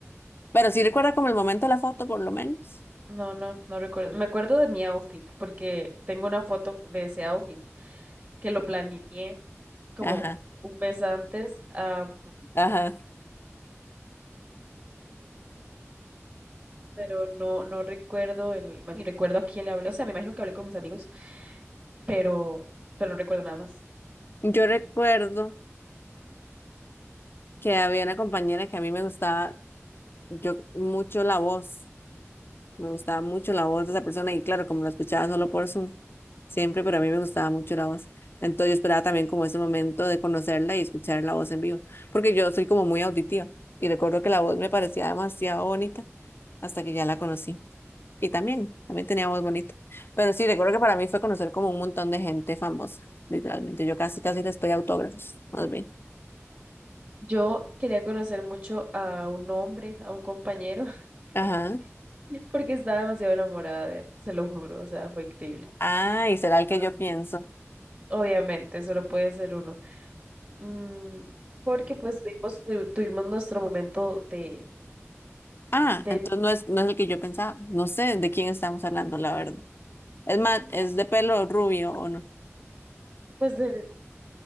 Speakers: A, on the left (about 50°); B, on the right (about 40°).
A: Pero sí
B: Mm,
A: recuerda como el momento de la foto, por lo menos.
B: No, no, no recuerdo. Me acuerdo de mi outfit porque tengo una foto de ese outfit que lo planeé como
A: Ajá,
B: un mes antes, ah,
A: ajá.
B: pero no, no recuerdo el, ni recuerdo a quién le hablé. O sea, me imagino que hablé con mis amigos, pero, pero no recuerdo nada más.
A: Yo recuerdo que había una compañera que a mí me gustaba yo mucho la voz. Me gustaba mucho la voz de esa persona y claro, como la escuchaba solo por Zoom, siempre, pero a mí me gustaba mucho la voz. Entonces yo esperaba también como ese momento de conocerla y escuchar la voz en vivo, porque yo soy como muy auditiva y recuerdo que la voz me parecía demasiado bonita hasta que ya la conocí. Y también, también tenía voz bonita. Pero sí, recuerdo que para mí fue conocer como un montón de gente famosa, literalmente. Yo casi, casi les pedí autógrafos, más bien.
B: Yo quería conocer mucho a un hombre, a un compañero, <laughs>
A: Ajá.
B: porque estaba demasiado enamorada de él, se lo juro, o sea, fue increíble.
A: Ah, y será el
B: Am,
A: que yo pienso.
B: obviamente, solo puede ser uno. Mm, porque pues tuvimos, tu- tuvimos nuestro momento de,
A: Ah,
B: del...
A: entonces no es, no es el que yo pensaba. No sé de quién estamos hablando, la verdad. Es más,
B: ¿Y qué?
A: es de pelo rubio o no.
B: Pues del...